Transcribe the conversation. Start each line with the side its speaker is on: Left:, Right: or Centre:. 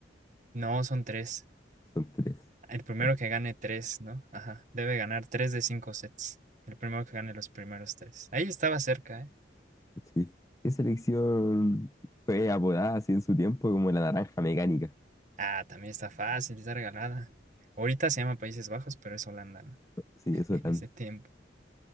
Right: No, son tres.
Left: Son tres.
Right: El primero
Left: Ya,
Right: que gane tres, ¿no? Ajá. Debe ganar tres de cinco sets. El primero que gane los primeros tres. Ahí estaba cerca, ¿eh?
Left: sí. ¿Qué selección fue apodada así en su tiempo como la naranja mecánica?
Right: Ah, también está fácil, está regalada. Ahorita se llama Países Bajos, pero es Holanda, ¿no?
Left: Sí,
Right: <laughs>
Left: eso
Right: En
Left: tan.
Right: ese tiempo.